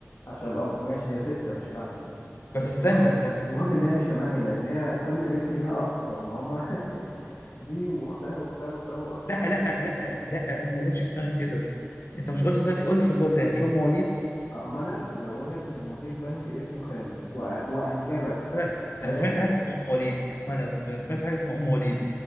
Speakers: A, on the left; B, on the left.
A: عشان الاب ماشي هي ستة مش خمسة بس
B: بس استنى
A: المهم
B: استنى
A: المهم ان هي مش تمانية لان هي كل بنت ليها اخ طب ما هما <laughs> دي واختها واختها واختها واخ
B: لا
A: واحد
B: لا
A: بس
B: لا
A: في العيلة
B: لا لا أنا ما جاتش في دماغي كده أنت مش قلت دلوقتي قول الفزورة تاني مش أم وليد
A: أرملة تزوجت من مدير بنك اسمه خالد و... وأنجبت
B: انا
A: ثلاثة
B: أنا سمعت حاجه اسمها ام وليد اسمها انا سمعت حاجه اسمها ام وليد